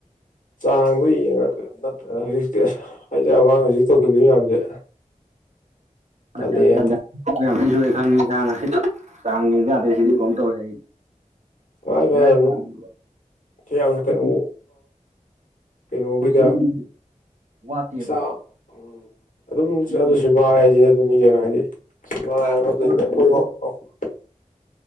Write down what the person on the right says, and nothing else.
ꯑꯁ ꯌꯥꯗꯔ꯭ꯦ ꯌꯥꯗꯔ꯭ꯦ ꯌꯥꯝ ꯊꯤꯅꯥ ꯁꯣꯛꯑꯦ ꯈꯪꯉꯤ ꯉꯥꯁꯤꯗꯤ ꯆꯥꯡ ꯌꯦꯡꯕ ꯌꯥꯗ꯭ꯔꯦ ꯁꯤꯗꯤ ꯀꯅꯣꯝ ꯇꯧꯔꯦ ꯑꯩ
ꯕꯦꯔꯥ
ꯌꯥꯝ
ꯀꯥꯏꯌꯦꯕ
ꯑꯩꯈꯣꯏ
ꯆꯤꯡꯗꯤ ꯋꯥꯠꯇꯦꯕ
ꯃꯤꯗꯣ
ꯋꯥꯠꯇꯕꯅꯤꯅ